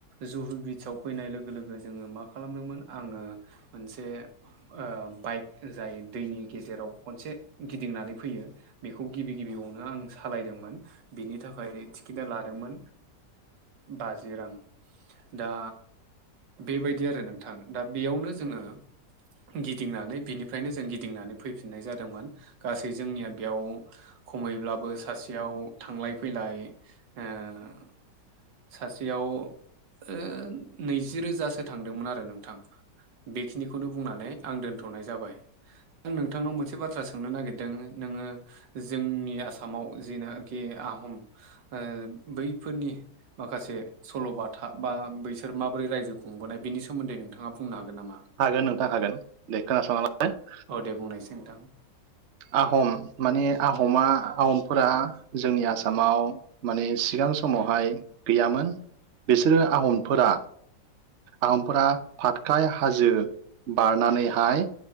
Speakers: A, on the right; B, on the right.
A: जुहु बिचआव फैनाय लोगो लोगो जोङो मा खालामदोंमोन आङो मोनसे ओ बाइक जाय दैनि गेजेराव खनसे गिदिंनानै फैयो बेखौ गिबि गिबियावनो आं सालायदोंमोन बेनि थाखाय रेट टिकेटा ला ओ बाजि रां दा बेबायदि आरो नोंथां दा बेयावनो जोङो गिदिंनानै बिनिफ्रायनो जों गिदिंनानै फैफिननाय जादोंमोन गासै जोंनिया बेयाव खमैब्लाबो सासेयाव थांलाय फैलाय ओ सासेयाव ओ नैजि रोजासो थां दोंमोन आरो नोंथां। बेखिनिखौनो बुंनानै आं दोनथ'नाय जाबाय। आं नोंथांनाव मोनसे बाथ्रा सोंनो नागिरदों नोङो जोंनि आसामाव जेनो खि आहम ओ बैफोरनि माखासे सल'बाथा बा बैसोर माबोरै रायजो खुंबोनाय बेनि सोमोन्दै नोंथाङा बुंनो हागोन नामा?
B: हागोन नोंथां हागोन दे खोना <inaudible>
A: औ दे बुंनायसै नोंथां।
B: आहम माने आहमा आहमफोरा जोंनि आसामाव माने सिगां समावहाय गैयामोन। बिसोरो आहमफोरा आहमफोरा फातखाय हाजो बारनानैहाय